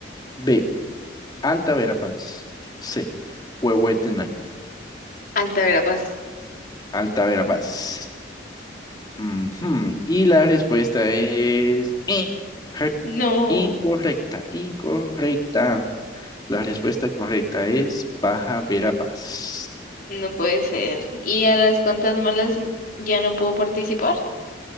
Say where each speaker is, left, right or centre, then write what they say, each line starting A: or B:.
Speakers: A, on the left; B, on the left.
A: B. Alta Verapaz. C. Huehuetenango.
B: Altaverapaz.
A: Alta Verapaz. Ujú, Y la respuesta es eh, re-
B: No,
A: incorrecta, incorrecta. La respuesta correcta es Baja Verapaz.
B: no puede ser. ¿Y a las cuantas malas n- ya no puedo participar?